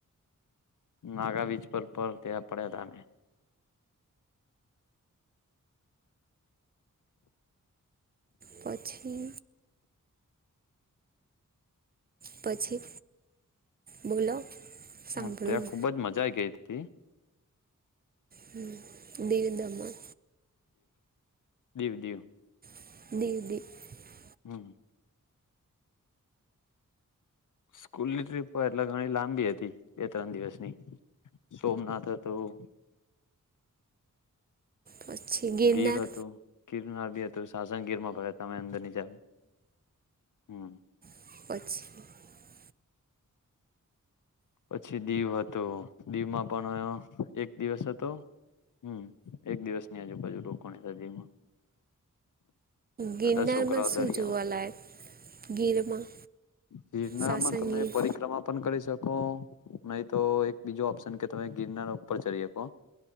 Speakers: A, on the left; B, on the right.
A: નાગા બીચ પર પર તવા પડ્યા હતા અમે.
B: પછી પછી બોલો સાંભળું
A: હ ત્યાં ખુબ જ મજા આઈ ગઈ હતી.
B: હમ. દિવ દમણ.
A: દેવ દેવ.
B: <unintelligible>
A: હમ. સ્કૂલની ટ્રીપ એટલે ઘણી લાંબી હતી બે ત્રણ દિવસની સોમનાથ હતું.
B: પછી ગિરનાર
A: ગીર હતું ગીર. ગિરનાર બી હતું. શાશણ ગીરમાં ભર્યા હતા અંદર ની. જ. હમ.
B: <inaudible>
A: પછી દીવ હતું દીવમાં પણ એક દિવસ હતો હમ એક દિવસની આજુબાજુ રોકાણી દીવમાં.
B: ગિરનારમાં
A: બધા છોકરાઓ
B: શું
A: દરિયામાં
B: જોવાલાયક ગીરમાં
A: ગિરનારમાં
B: સાસણગીર
A: તમે પરિક્રમા પણ કરી શકો. નહી તો એક બીજો ઓપ્શન કે તમે ગિરનાર ઉપર ચડી શકો.